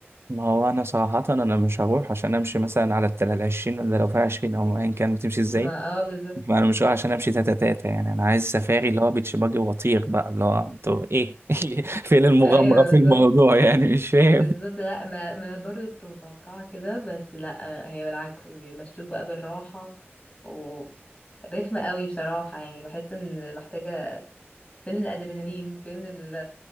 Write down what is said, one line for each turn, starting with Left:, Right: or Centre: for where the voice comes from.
Right: ما هو انا صراحة انا مش هروح عشان امشي مثلا على التل- العشرين ولا لو فيها عشرين او ايا كان بتمشي ازاي
Left: ما اه بالظبط
Right: فانا مش رايح عشان امشي تاتا تاتا يعني انا عايز سفاري اللي هو بيتش باجي وطير بقى اللي هو انتوا ايه <laughs> فين المغامره
Left: ايوه
Right: في
Left: بالظبط
Right: الموضوع يعني مش فاهم
Left: بالظبط لا ما, ما انا برضه كنت متوقعه كده بس لا هي بالعكس بيمشوك بقى بالراحه و رخمة قوي بصراحة يعني بحس ان محتاجة فين الادرينالين فين ال-